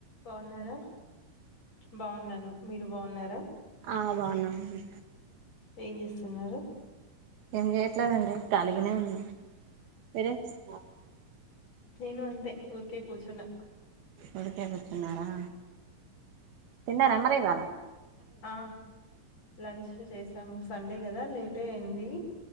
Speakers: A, on the left; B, on the right.
A: బాగున్నారా బాగున్నాను మీరు బాగున్నారా
B: ఆ బావున్నాం అండి
A: ఏం చేస్తున్నారు
B: ఏం చేయట్లేదండి ఖాళీగానే ఉన్నాం మీరేం చేస్తున్నారు
A: నేను అంతే ఊర్కే కూర్చున్న
B: ఉరికే కూర్చున్నారా తిన్నార మరి ఇక
A: ఆ లంచ్ చేసాము సండే కదా లేటే అయింది